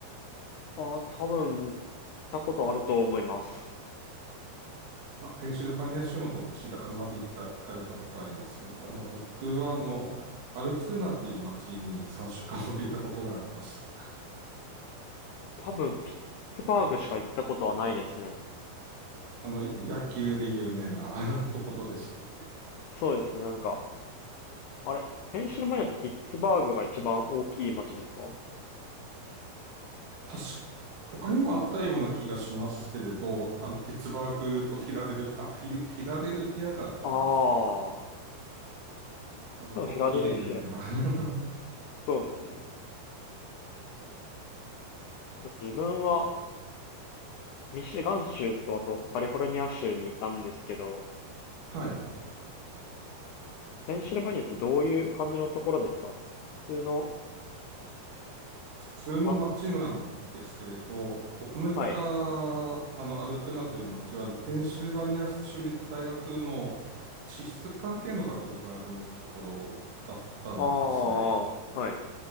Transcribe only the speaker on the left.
ああ、多分、行ったことあると思います。
多分、ピッツバーグしか行ったことはないですね。
そうですね、なんか、あれ、ペンシルバニアってピッツバーグが一番大きい町ですか
ああー、
多分フィラデルフィア。
そうですね。自分はミシガン州とあとカリフォルニア州にいたんですけど、
ペンシルバニアってどういう感じのところですか普通の、
あ、
はい。
ああ、はい。